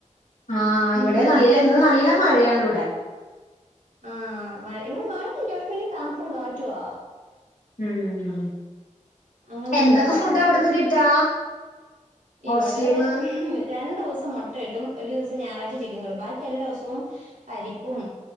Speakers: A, on the left; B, on the right.
A: ആ്
B: ഉം
A: ഇവിടെ
B: ഹും
A: നല്ല ഇന്ന് നല്ല മഴയാണ് ഇവിടെ
B: ആഹ്ഴ ഇവിടെ മഴയില്ല പക്ഷെതണുപ്പും കാറ്റുവാ
A: ഉം
B: അങ്ങനത്തൊരു
A: എന്തൊക്കെ
B: കാലാവസ്ഥയാ
A: ഫുഡ് അവിടുന്ന് കിട്ടാ ഹോസ്റ്റലിന്ന്
B: ഇവിടെ രണ്ടു ദിവസം മുട്ടയിട്ടും ഒരു ദിവസം ഞായറാഴ്ച ചിക്കൻ കിടും ബാക്കി എല്ലാ ദിവസവും പരിപ്പും